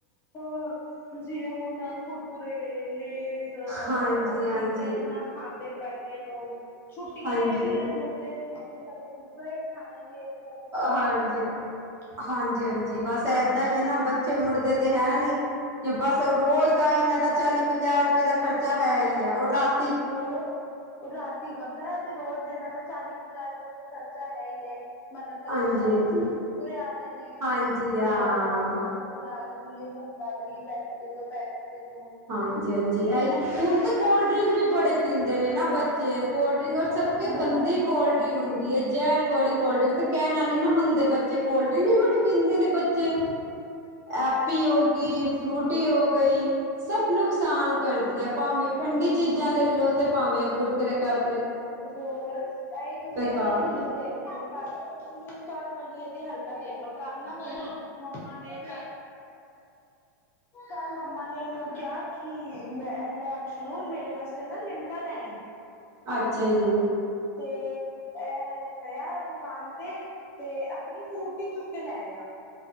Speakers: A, on the left; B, on the right.
A: ਆ, ਜੇ ਹੁਣ ਐ ਕੁਰਕੁਰੇ ਲੈਜ਼,
B: ਹਾਂਜੀ
A: ਇਹ ਸਭ
B: ਹਾਂਜੀ
A: ਚੀਜ਼ਾਂ ਇਨਾ ਖਾਂਦੇ ਪਏ ਨੇ, ਏ ਲੋਕ ਛੁੱਟੀਆਂ
B: ਹਾਂਜੀ
A: ਇਹਨਾਂ ਦੇ ਮੁੜ ਦੇ ਮੁੜਦੇ ਹੈ ਨੀ ਕਦੇ ਕੁਰਕੁਰੇ ਖਾਏਗੇ ਤੇ ਕਦੀ ਲੇਜ਼
B: ਹਾਂਜੀ,
A: ਖਾਏਂਗੇ
B: ਹਾਂਜੀ, ਹਾਂਜੀ। ਜੀ ਬਸ ਏਦਾਂ ਈ ਹੈ ਨਾ ਬੱਚੇ ਮੁੜਦੇ ਤੇ ਹੈ ਨੀ ਬਸ ਰੋਜ਼ ਦਾ ਇਨਾ ਦਾ ਚਾਲੀ ਪੰਜਾਹ ਰੁਪਏ ਦਾ ਖਰਚਾ, ਹੈ ਹੀ ਏ ਉਹ ਰਾਤ
A: ਹੋ, ਰਾਤੀ ਵੱਖਰਾ ਤੇ ਰੋਜ਼ ਦਾ ਇਹਨਾਂ ਦਾ ਚਾਲੀ ਪੰਜਾਹ ਰੁਪਏ ਦਾ ਖਰਚਾ ਹੈ ਹੀ ਐ, ਮਤਲਬ ਕਦੀ
B: ਹਾਂਜੀ
A: ਦਸ
B: ਹਾਂਜੀ
A: ਰੁਪਏ ਦੇ ਕੁਰਕੁਰੇ ਆ ਰਹੇ। ਨੇ, ਕਿ
B: ਹਾਂਜੀ
A: ਬਾਹਰੋਂ
B: ਹਾਂ
A: ਭੁੱਖ ਲੱਗ ਰਹੀ ਏ, ਭੁੱਖ ਲੱਗ ਰਹੀ ਏ। ਪੈਸੇ ਦੇਦੋ ਪੈਸੇ ਦੇ ਦੋ
B: ਹਾਂਜੀ, ਹਾਂਜੀ ਇਹੀ ਨਾ, ਹੁਣ ਤਾਂ ਕੋਲਡ ਡਰਿੰਕ ਵੀ ਬੜੇ ਪੀਂਦੇ ਨੇ, ਨਾ ਬਚ - 'ਤੇ ਕੋਲਡ ਡਰਿੰਕ ਔਰ ਸਭ ਕੇ
A: ਹਾਂ
B: ਗੰਦੀ ਕੋਲਡ ਡ੍ਰਿੰਕ ਹੁੰਦੀ ਹੁੰਦੀ ਏ ਜੈਰ ਕੌੜੀ ਕੋਲਡ ਡਰਿੰਕ 'ਤੇ ਕਹਿਣਾ ਨੀ ਨਾ ਮੰਨਦੇ ਬੱਚੇ, ਕੋਲਡ ਡਰਿੰਕ ਵੀ ਬੜੀ ਪੀਂਦੇ ਨੇ, ਬੱਚੇ
A: ਹ <inaudible>
B: ਐਪੀ ਹੋ ਗਈ, ਫਰੂਟੀ ਹੋ ਗਈ। ਸਭ ਨੁਕਸਾਨ ਕਰਦੀਆਂ, ਭਾਵੇਂ ਠੰਡੀ ਚੀਜ਼ਾਂ ਲੈ ਲਓ। 'ਤੇ ਭਾਵੇਂ ਕੁਰਕਰੇ ਕਰ-
A: ਹੋਰ, ਐਹੀ ਤੁਸੀਂ
B: ਬੇਕਾਰ
A: ਇਹਦੀ ਹਰਕਤ
B: ਨੇ
A: ਦੇਖ ਲਓ। ਕਲ੍ਹ, ਕਲ੍ਹ ਵਾਲੀ ਇਹਦੀ ਹਰਕਤ ਦੇਖ ਲੋ, ਕੱਲ ਨਾ ਮੰਮਾ, ਮੰਮਾ ਨੇ। <inaudible> <inaudible> ਕੱਲ ਮੰਮਾ ਨੇ ਇਹਨੂੰ ਕਿਹਾ, ਕਿ ਮੈਂ ਲੈ ਅਕਸ਼ਨੂਰ ਮੇਰੇ ਵਾਸਤੇ ਨਾ ਲਿਮਕਾ ਲੈ। ਆਈ।
B: ਅੱਛਾ ਜੀ।
A: 'ਤੇ ਏ। ਏ, ਗਿਆ ਦੁਕਾਨ ਤੇ, ਤੇ ਆਪਣੀ ਫਰੂਟੀ ਚੁੱਕ ਕੇ ਲੈ ਆਇਆ।